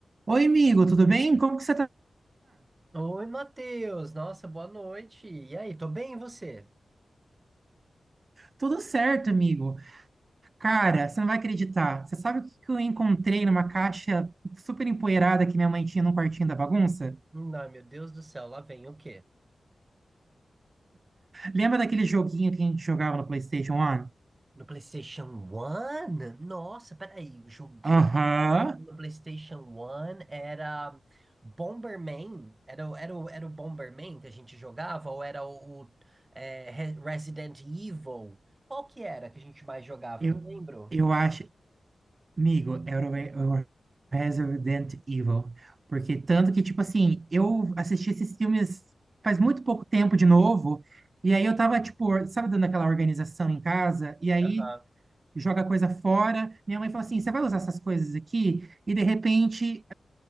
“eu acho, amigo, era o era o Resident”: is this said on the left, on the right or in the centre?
Right